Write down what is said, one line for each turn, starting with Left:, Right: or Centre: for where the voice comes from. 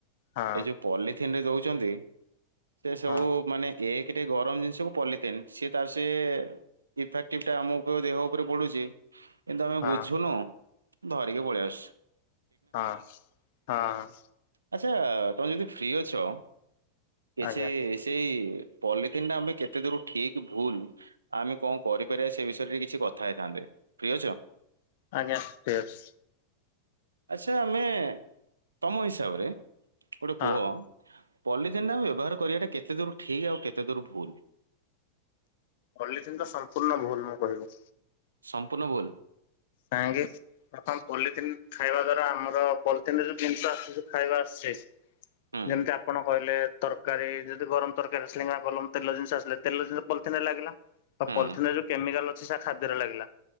Left: ହଁ
Right: ଏଇ ଯୋଉ ପଲି ଥିନରେ ଦଉଛନ୍ତି। ସେ ସବୁ
Left: ହଁ
Right: ମାନେ ଏକ ଏକରେ ଗରମ ଜିନିଷକୁ ପଲିଥିନ୍ ସିଏ ତାର ସେ ଇଫେକ୍ଟିଭଟା ଆମ ଦେହ ଉପରେ ପଡୁଛି। କିନ୍ତୁ ଆମେ
Left: ହଁ
Right: ବୁଝୁନୁ। ଧରିକି ପଳେଇ ଆସଚୁ।
Left: ହଁ ହଁ।
Right: ଆଚ୍ଛା ତମେ ଯଦି ଫ୍ରି ଅଛ। କିଛି
Left: ଆଜ୍ଞା
Right: ସେଇ ପଲିଥିନ୍ ଟା ଆମ କେତେ ଦୂର ଠିକ ଭୁଲ ଆମେ କଣ କରିପାରିବା ସେ ବିଷୟରେ କିଛି କଥା ହେଇଥାନ୍ତେ ପ୍ରିୟ
Left: ଆଜାର୍
Right: ଆଚଛା ଆମେ ତମ ହିସାବରେ ଗୋଟେ କୁହ
Left: ହଁ।
Right: ପଲିଜ ନ ବ୍ୟବହାର କରିବାଟା କେତେ ଦୂର ଠିକ ଆଉ କେତେ ଦୂର ଭୁଲ
Left: ଅଲିଥିଙ୍କ ସମ୍ପୂର୍ଣ୍ଣ ଭୁଲ ମୁଁ କହିବି
Right: ସମ୍ପୂର୍ଣ ଭୁଲ୍
Left: କାହିଁକି ପ୍ରଥମ ପଲିଥିିନ ଖାଇବା ଦ୍ଵାରା ଆମର ପଲିଥିିନରେ ଯୋଉ ଜିନିଷ ଆସ ଖାଇବା ଆସଛି
Right: ହୁଁ
Left: ଯେମିତି ଆପଣ କହିଲେ ତରକାରୀ ଯଦି ଗରମ ତରକାରୀ ଆସିଲେ ଗରମ ତେଲ ଜିନିଷ ଆସିଲେ ତେଲ ଜିନିଷ ପଲିିଥିନରେ ଲାଗିଲା। ଆଉ
Right: ହୁଁ
Left: ପଲିଥିନରେ ଯୋଉ କେମିକାଲ ଅଛି ଖାଦ୍ୟର ଲାଗିଲା